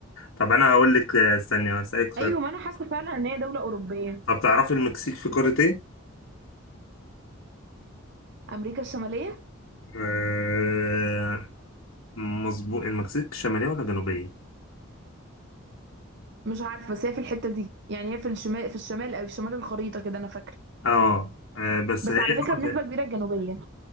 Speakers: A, on the left; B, on the right.
A: طب انا هقول لك استني هسألك سؤال
B: ايوه ما انا حاسه فعلا ان هي دوله اوروبيه
A: طب تعرفي المكسيك في قارة ايه؟
B: امريكا الشماليه
A: آه، مظبوط المكسيك شمالية ولا جنوبية؟
B: مش عارفه بس هي في الحته دي يعني هي في الشمال في الشمال او في شمال الخريطه كده انا فاكره
A: اه آه، بس
B: بس
A: هي
B: على
A: نقطة
B: فكره بنسبه كبيره الجنوبيه